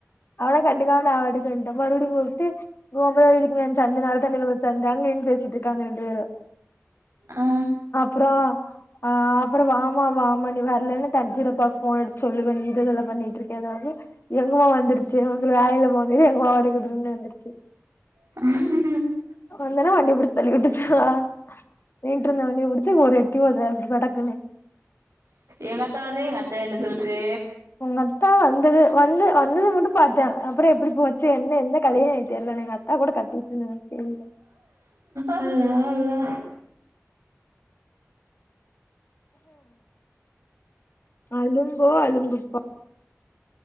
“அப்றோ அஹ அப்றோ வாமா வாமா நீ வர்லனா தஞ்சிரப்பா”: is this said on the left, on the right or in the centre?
Left